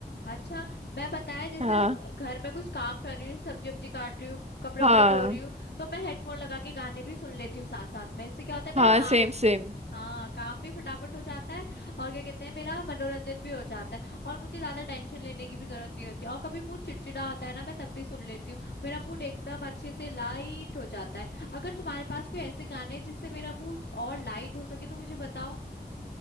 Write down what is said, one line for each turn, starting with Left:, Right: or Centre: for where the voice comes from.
Left: अच्छा मैं पता है जैसे
Right: हाँ
Left: अ, घर में कुछ काम कर रही हूँ सब्जी वब्जी काट रही हूँ कपड़े
Right: हाँ
Left: उपड़े धो रही हूँ तो मैं हेडफोन लगा के गाने भी सुन लेती हूँ साथ साथ में इससे क्या होता है मेरा
Right: हाँ
Left: काम
Right: सेम सेम
Left: हाँ काम भी फटाफट हो जाता है और क्या कहते हैं मेरा मनोरंजन भी हो जाता है और मुझे ज्यादा टेंशन लेने की भी जरूरत नहीं होती और कभी मूड चिड़चिड़ा होता है ना मैं तब भी सुन लेती हूँ मेरा मूड एकदम अच्छे से लाइट हो जाता है अगर तुम्हारे पास कोई ऐसे गाने हैं जिससे मेरा मूड और लाइट हो सके तो मुझे बताओ